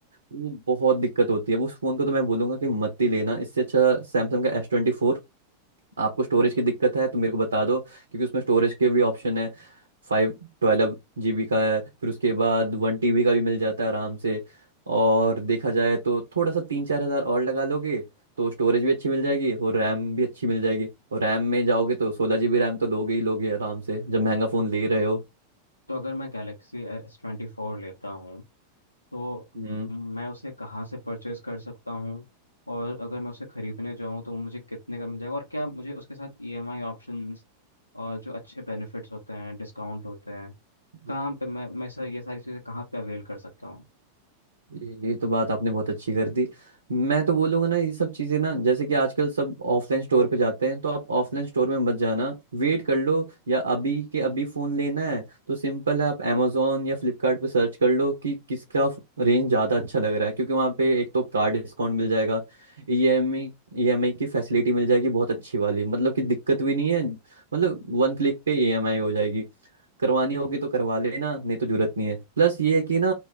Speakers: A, on the right; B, on the left.
A: वो बहुत दिक्कत होती है उस फोन को तो मैं बोलूंगा कि मत ही लेना इससे अच्छा सैमसंग का एस ट्वेंटी आपको स्टोरेज की दिक्कत है तो मेरे को बता दो क्योंकि उसमें स्टोरेज के भी ऑप्शन है फाइव ट्वेल्व जीबी का है फिर उसके बाद वन टीबी का भी मिल जाता है आराम से और देखा जाए तो थोड़ा सा तीन चार हज़ार और लगा लोगे तो स्टोरेज भी अच्छी मिल जाएगी और रैम भी अच्छी मिल जाएगी और रैम में जाओगे तो सोलह जीबी रैम तो लोगे ही लोगे आराम से जब महंगा फ़ोन ले रहे हो
B: तो अगर मैं गैलेक्सी एस ट्वेंटी फोर लेता हूँ तो
A: हम्म
B: मैं उसे कहाँ से परचेज कर सकता हूँ और अगर मैं उसे खरीदने जाऊँ तो वो मुझे कितने का मिल जाएगा और क्या मुझे उसके साथ ईएमआई ऑप्शंस और जो अच्छे बेनिफिट्स होते हैं डिस्काउंट होते हैं
A: हम्म,
B: कहाँ पे मैं मैं सर ये सारी चीज़ें कहाँ पे अवेल कर सकता हूँ
A: ये ये तो बात आपने बहुत अच्छी कर दी मैं तो बोलूंगा ना ये सब चीजें ना जैसे कि आजकल सब ऑफलाइन स्टोर पे जाते हैं तो आप ऑफलाइन स्टोर में मत जाना वेट कर लो या अभी के अभी फोन लेना है तो सिंपल है आप amazon या फ्लिपकार्ट पे सर्च कर लो कि किसका रेंज ज्यादा अच्छा लग रहा है क्योंकि वहाँ पे एक तो कार डिस्काउंट मिल जाएगा ई एम ई ई एम आई की फैसिलिटी मिल जाएगी बहुत अच्छी वाली मतलब कि दिक्कत भी नहीं है मतलब वन क्लिक पे ई एम आई हो जाएगी करवानी होगी तो करवा लेना नहीं तो जरूरत नहीं है प्लस ये है कि ना